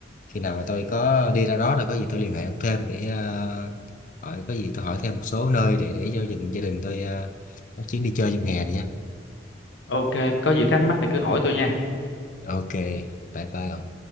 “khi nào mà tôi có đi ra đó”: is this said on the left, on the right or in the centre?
Left